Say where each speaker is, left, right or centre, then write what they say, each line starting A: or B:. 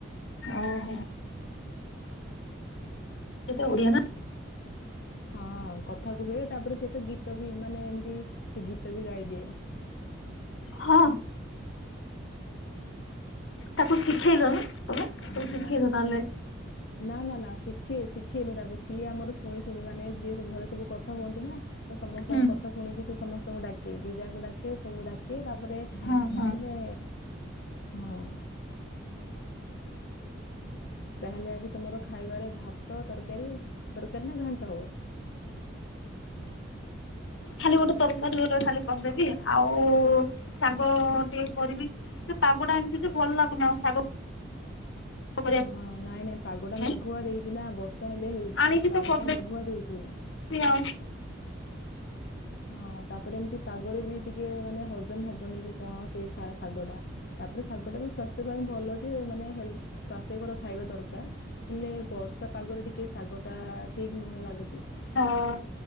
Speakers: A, on the left (about 75°); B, on the left (about 55°).
A: ଓହୋ। ସେ ଓଡ଼ିଆ ନା।
B: ହଁ କଥା କୁହେ। ତାପରେ ସେ ତ ଗୀତ ବି ମାନେ ଏମିତି ସେ ଗୀତ ବି ଗାଇଦିଏ।
A: ହଁ। ତାକୁ ଶିଖେଇ ଲନା? ତମେ
B: ହଁ
A: ସବୁ ଶିଖେଇଛ ତାହେଲେ।
B: ନା ନା ନା ଶିଖେ ଶିଖେଇନୁ ତାକୁ। ସିଏ ଆମର ଶୁଣି ଶୁଣି ମାନେ ଯିଏ ଘରେ ସବୁ କଥା ହୁଅନ୍ତି ନା। ତ ସମସ୍ତଙ୍କ
A: ହୁଁ।
B: କଥା ଶୁଣିକି ସି ସମସ୍ତଙ୍କୁ ଡାକେ। ଯିଏ ଯାହାକୁ ଡାକେ ସବୁ ଡାକେ ତାପରେ
A: ହଁ ହଁ
B: ମାନେ ହଁ। ତାହେଲେ ଆଜି ତମର ଖାଇବାରେ ଭାତ ତରକାରୀ ତରକାରୀ ନା ଘାଣ୍ଟ ହବ?
A: ଖାଲି ଗୋଟେ ତରକାରୀ ଗୋଟେ ଖାଲି କରିଦେବି। ଆଉ ଶାଗ ଟିକେ କରିବି। ପାଗ ଟା ଏମିତି ଯେ ଭଲ ଲାଗୁନି, ଆଉ ଶାଗ। କରିବା
B: ହ ନାଇଁ ନାଇଁ। ପାଗଟା
A: ପାଇଁ
B: ମେଘୁଆ ଦେଇଛି ନା ବର୍ଷ। ତା ହେଲେ ହେଇ
A: ଆଣିଛି
B: ନାଇଁ ପାଗ
A: ତ କରିଦେବି
B: ଟା ମେଘୁଆ ଦେଇଛି।
A: ଆଉ
B: ହଁ ତାପରେ ଏମିତି ପାଗରେ ବି ଟିକେ ମାନେ ହଜମ ହବନି କି କଣ। ସେଇ ଖା ଶାଗ ଟା ତାପରେ ଶାଗ ଟା ବି ସ୍ଵାସ୍ଥ୍ୟ ପାଇଁ ଭଲ। ଯେ ମାନେ ହେ ସ୍ଵାସ୍ଥ୍ୟକର ଖାଇବା ଦରକାର ହେଲେ ବର୍ଷା। ପାଗରେ ଟିକେ ଶାଗ ଟାଆ। ଠିକ ନୁହେଁ ଲାଗୁଛି।
A: ହଁ